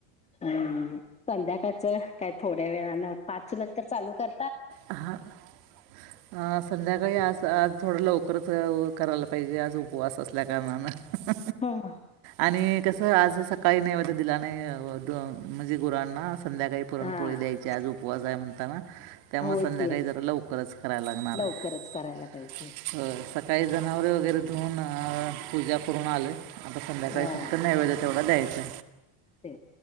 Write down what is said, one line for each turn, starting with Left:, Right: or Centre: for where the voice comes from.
Left: हम्म संध्याकाळचं काय थोड्या वेळान पाच नंतर चालू कर
Right: हा संध्याकाळी आज आज थोडं लवकर हो करायला पाहिजे आज उपवास असल्या कारणानं
Left: हा.
Right: आणि कस आज सकाळी नैवेद्य दिला नाहीअ द म्हणजे गुरांना संध्याकाळी पुरण
Left: हा
Right: पोळी द्यायची आज उपवास आहे म्हणताना त्यामुळे
Left: होय
Right: संध्याकाळी
Left: की
Right: जरा लवकरच करायला लागणार
Left: लवकरच
Right: आहे
Left: करायला पाहिजे
Right: स काही जनावरे वगैरे धुऊन पूजा करून आलेत. आता संध्याकाळी
Left: हा
Right: फक्त
Left: हा
Right: नैवेद तेवढा द्यायचा
Left: ते